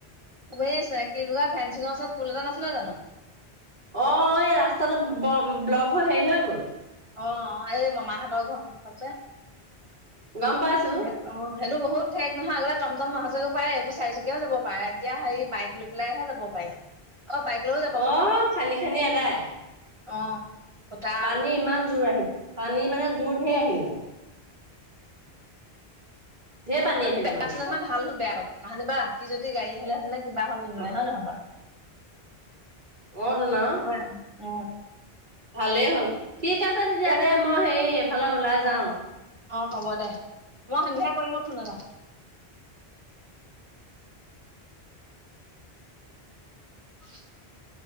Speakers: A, on the right; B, on the right.
A: এই কি বুলি কয় ফেঞ্চিঙৰ ওচৰত পুল এটা নাছিলে জানো
B: অ এই ৰাস্তাটো ব্লক হৈ হেৰি হৈ গ'ল
A: অ এই মামাহঁতৰ ঘৰ সন্মুখত যে
B: গম পাইছো
A: সেই অ সেইটো বহু ঠেক নহয় আগতে টম টম আহাঁ যোৱা কৰিব পাৰে এইবোৰ চাৰি চুকীয়াও যাব পাৰে এতিয়া হেৰি বাইক লৈ লৈহে যাব পাৰি
B: <unintelligible>
A: অ বাইক লৈ
B: অ খান্দি খান্দি এদাই
A: অ ফুটা
B: পানী
A: আগত
B: ইমান জোৰ আহিল পানী মানে জোৰ ঢেৰ আহিলে ঢেৰ পানী আহিলে
A: বে
B: মানে
A: আছিল নহয় ভাল হক বেয়া হ'ক কাহানীবা ৰাতি যদি গাড়ী আহিলেঁ হেতেনে কিবা হল
B: অ',
A: হেঁতেন হয় নহয় বাৰু
B: অ তুন আও
A: হয় অ
B: ভালেই হ'ল ঠিক আছে তেতিয়া
A: এতিয়া
B: দে মই হেৰী এফালে ওলাই
A: অ',
B: যাও
A: অ হ'ব দে মই সন্ধিয়া কৰিম ফোন এটা <inaudible>